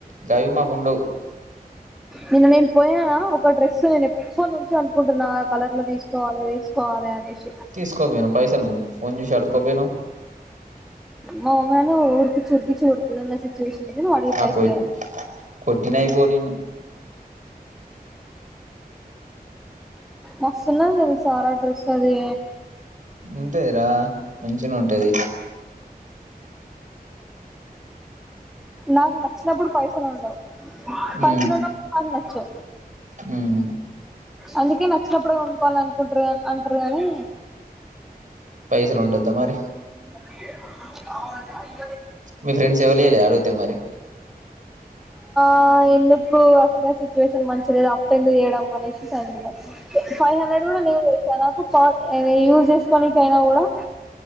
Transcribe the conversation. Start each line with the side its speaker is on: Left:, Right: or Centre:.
Right: గవి మాకు ఉండవు
Centre: నిన్న నేను పోయినాన ఒక డ్రెస్ నేను ఎప్పున్నుంచో అనుకుంటున్నా ఆ కలర్ లో తీసుకోవాలి తీసుకోవాలి అనేసి
Right: తీసుకోపోయినావ్ పైసలు పోన్ చేసి అడుక్కో పోయినావ్
Centre: మా మమ్మీ అయినా ఊరు కిచ్చి ఉరికిచ్చి కొడుతుదన్న సిచుయేషన్ వాడి
Right: నాకు
Centre: పైస
Right: కొట్టినయిపో నిన్ను
Centre: మస్తున్నది తెలుసారా డ్రెస్ అది
Right: ఇంతేరా మంచిగనే ఉంటది
Centre: నాకు నచ్చినప్పుడు పైసలు ఉండవు పైసలు
Right: ఉమ్
Centre: ఉండవ్ నాకు సో
Right: ఉమ్
Centre: అందుకే నచ్చినప్పుడు కొనుకోవాలనుకుంటారు అంటారు కాని
Right: పైసలు ఉండద్దా మరి
Centre: <inaudible>
Right: మీ ఫ్రెండ్స్ ఎవరిలే అడుగుతే మరి
Centre: ఆ ఎందుకు అసలే సిచ్యువేషన్ మంచిగలేదు అప్పు ఎందుకు చేయడం అనేసి సైలెంట్గా ఉన్న ఫైవ్ హండ్రెడ్ కూడా లేవు తెలుసా నాకు యూస్ చేసుకొని కైనా కూడా